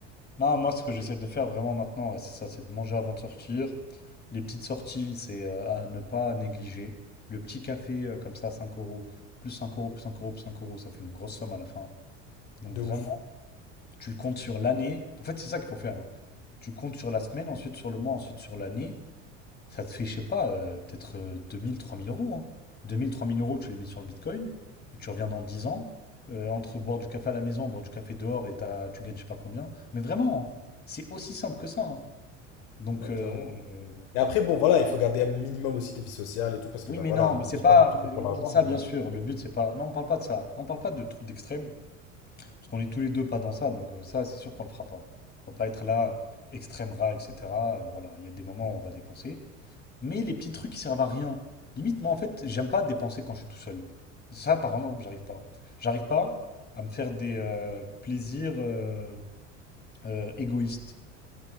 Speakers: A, on the left; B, on the left.
A: Non, moi, ce que j'essaie de faire vraiment maintenant, ouais, c'est ça, c'est de manger avant de sortir. Les petites sorties, c'est euh, à ne pas négliger. Le petit café, euh, comme ça, à 5 euros, plus 5 euros, plus 5 euros, plus 5 euros, ça fait une grosse somme à la fin. Donc
B: De
A: vraiment,
B: ouf.
A: tu comptes sur l'année. En fait, c'est ça qu'il faut faire. hein. Tu comptes sur la semaine, ensuite sur le mois, ensuite sur l'année. Ça te fait, je sais pas, euh, peut-être euh, deux mille, trois mille euros. Hein. deux mille, trois mille euros, tu les mets sur le Bitcoin, et tu reviens dans 10 ans. Euh, entre boire du café à la maison, boire du café dehors, et t'as- tu gagnes je sais pas combien. Mais vraiment, hein, c'est aussi simple que ça. hein. Donc,
B: Ouais,
A: euh,
B: clairement.
A: euh,
B: Et après, bon, voilà, il faut garder un minimum aussi de vie sociale et tout, parce que,
A: oui,
B: bah,
A: mais
B: voilà,
A: non, mais
B: on
A: c'est
B: vit
A: pas
B: pas non plus
A: euh,
B: que pour l'argent,
A: oh, ça,
B: mais.
A: bien sûr. Le but, c'est pas. Non, on parle pas de ça. On parle pas de trucs d'extrême, parce qu'on est tous les deux pas dans ça. Donc, euh, ça, c'est sûr qu'on le fera pas. On va pas être là, extrême rat, etc. Euh, voilà, il y a des moments où on va dépenser. Mais les petits trucs qui servent à rien. Limite, moi, en fait, j'aime pas dépenser quand je suis tout seul. Ça, par exemple, j'arrive pas. J'arrive pas à me faire des euh, plaisirs euh, euh, égoïstes.